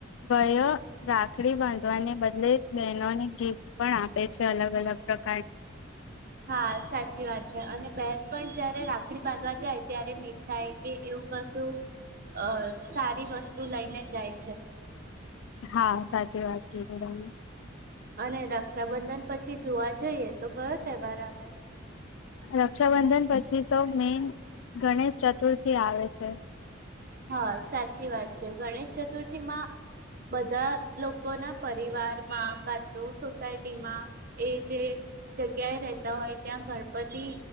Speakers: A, on the left; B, on the right.
A: ભાઈઓ રાખડી બાંધવાને બદલે બહેનોને ગિફ્ટ પણ આપે છે. અલગ-અલગ પ્રકાર
B: હા સાચી વાત છે અને બેન પણ જયારે રાખડી બાંધવા જાય ત્યારે મીઠાઈ કે એવું કશું અ સારી વસ્તુ લઈને જાય છે.
A: હા સાચી વાત કી હમ.
B: અને રક્ષાબંધન પછી જોવા જ જઈએ તો કયો તહેવાર આવે?
A: રક્ષાબંધન પછી તો મેન ગણેશ ચતુર્થી આવે છે.
B: હા, સાચી વાત છે. ગણેશ ચતુર્થીમાં બધા લોકોના પરિવારમાં કા તું સોસાયટીમાં એ જે જગ્યાએ રહેતા હોય ત્યાં ગણપતિ